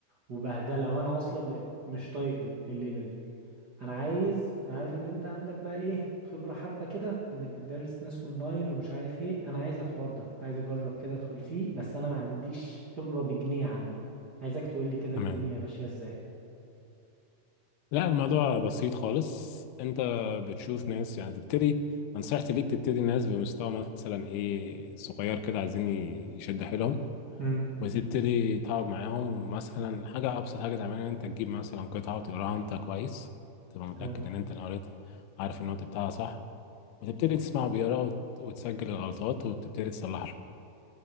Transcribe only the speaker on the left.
تمام
لا الموضوع بسيط خالص انت بتشوف ناس يعني تبتدي نصيحتي ليك تبتدي ناس بمستوى مثلا ايه صغير كده عايزين يشد حيلهم
وتبتدي تقعد معاهم مثلا حاجة أبسط حاجة تعملها إن أنت تجيب مثلا قطعة وتقراها أنت كويس تبقى متأكد
إن أنت اللي قريتها عارف النوت بتاعها صح وتبتدي تسمعه بيقرا وت- وتسجل الغلطات وتبتدي تصلحها